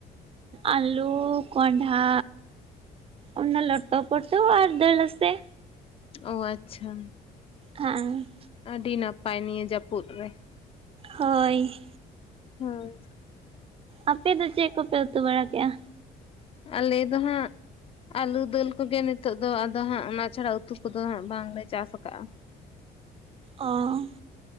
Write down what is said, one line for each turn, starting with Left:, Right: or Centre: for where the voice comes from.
Right: ᱟᱹᱞᱩ ᱠᱚᱸᱰᱷᱟ ᱚᱱᱟ ᱞᱚᱴᱚ ᱯᱚᱴᱚ ᱟᱨ ᱰᱟᱹᱞ ᱨᱟᱹᱥᱮ᱾
Left: ᱚ ᱟᱪᱪᱷᱟ᱾
Right: ᱟᱸᱻ
Left: ᱟᱹᱰᱤ ᱱᱟᱯᱟᱭ ᱱᱤᱭᱟᱹ ᱡᱟᱹᱯᱩᱫ ᱨᱮ᱾
Right: ᱦᱳᱭ᱾
Left: ᱦᱚᱭ᱾
Right: ᱟᱯᱮ ᱫᱚ ᱪᱮᱫ ᱠᱚᱯᱮ ᱩᱛᱩ ᱵᱟᱲᱟ ᱠᱮᱜᱼᱟ?
Left: ᱟᱞᱮ ᱫᱚ ᱦᱟᱸᱜ ᱟᱞᱩ ᱫᱟᱹᱞ ᱠᱚᱜᱮ ᱱᱤᱛᱚᱜ ᱫᱚ ᱟᱫᱚ ᱦᱟᱸᱜ ᱚᱱᱟ ᱪᱷᱟᱲᱟ ᱩᱛᱩ ᱠᱚᱫᱚ ᱦᱟᱸᱜ ᱵᱟᱝᱞᱮ ᱪᱟᱥ ᱠᱟᱫᱜᱼᱟ᱾
Right: ᱚᱻ